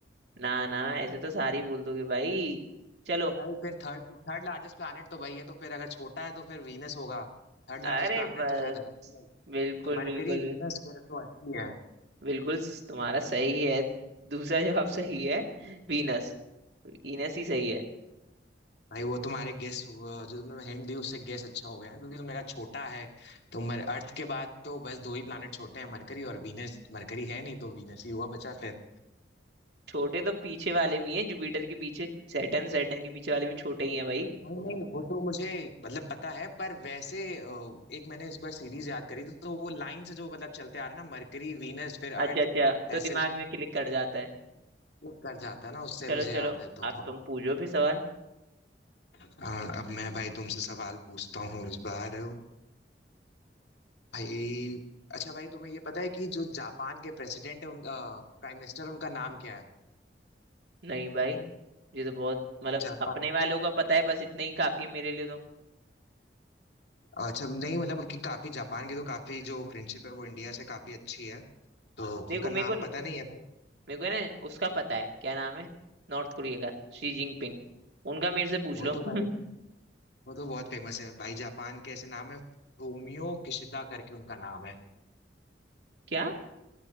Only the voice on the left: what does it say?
भाई फिर थर्ड थर्ड लार्जेस्ट प्लैनेट तो वही है तो फिर अगर छोटा है तो फिर वीनस होगा थर्ड लार्जेस्ट
प्लैनेट
तो शायद अर्थ ही है
मरकरी
वीनस फिर तो अर्थ ही है
भाई वो तुम्हारे गेस जो तुमने हिंट दी उससे गेस अच्छा हो गया है, क्योंकि तुमने कहा छोटा है तो मर अर्थ के बाद तो बस दो ही प्लैनेट छोटे हैं मरकरी और वीनस मरकरी है नहीं तो वीनस ही हुआ बचा फिर
नहीं नहीं वो तो मुझे मतलब पता है पर वैसे अ, एक मैंने इस बार सीरीज याद करी थी तो वो लाइन से जो मतलब चलते आ रहे हैं ना मरकरी वीनस फिर
अर्थ
ऐसे
वो कर जाता है ना उससे
मुझे
याद है तो
थोड़ा
हाँ, अब मैं भाई तुमसे सवाल पूछता हूँ इस बार भाई अच्छा भाई तुम्हें ये पता है कि जो जापान के प्रेसिडेंट है उनका प्राइम मिनिस्टर उनका नाम क्या है
जापान
अच्छा नहीं मतलब उनकी काफी जापान की तो काफी जो फ्रेंडशिप है वो इंडिया से काफी अच्छी है तो
उनका नाम
पता नहीं है भाई
वो
तो
भाई वो तो बहुत फेमस है भाई जापान के ऐसे नाम है फूमियो किशिदा करके उनका नाम है